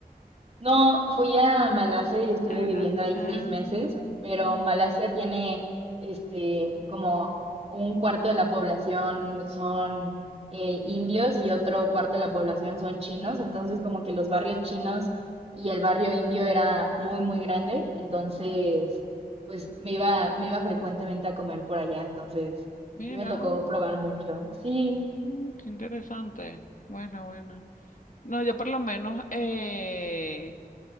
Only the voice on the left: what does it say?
Es verdad.
Ah,
mi-
mira,
mm, qué interesante. Buena, buena. No, yo por lo menos eh,